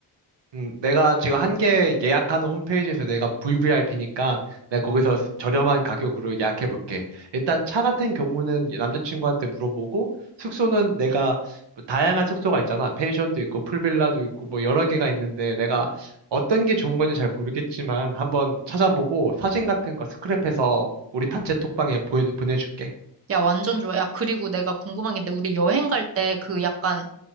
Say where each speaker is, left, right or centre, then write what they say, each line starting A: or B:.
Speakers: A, on the right; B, on the right.
A: 음, 내가 지금 한 개 예약하는 홈페이지에서 내가 VVIP니까 내가 거기서 스- 저렴한 가격으로 예약해 볼게. 일단 차 같은 경우는 남자친구한테 물어보고 숙소는 내가 뭐 다양한 숙소가 있잖아. 펜션도 있고 풀빌라도 있고 뭐 여러 개가 있는데 내가 어떤 게 좋은 건지 잘 모르겠지만 한번 찾아보고 사진 같은 거 스크랩해서 우리 단체 톡방에 보 보내줄게.
B: 야, 완전 좋아. 야, 그리고 내가 궁금한 게 있는데, 우리 여행 갈 때 그 약간